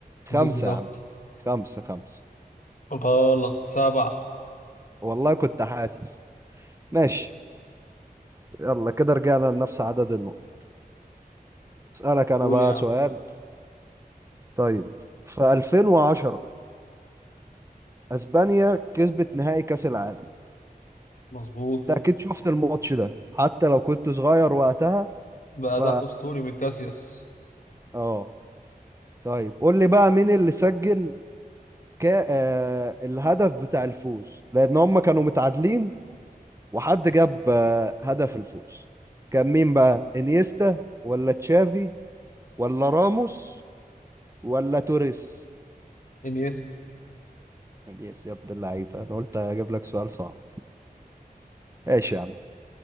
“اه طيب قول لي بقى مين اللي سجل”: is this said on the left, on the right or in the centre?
Right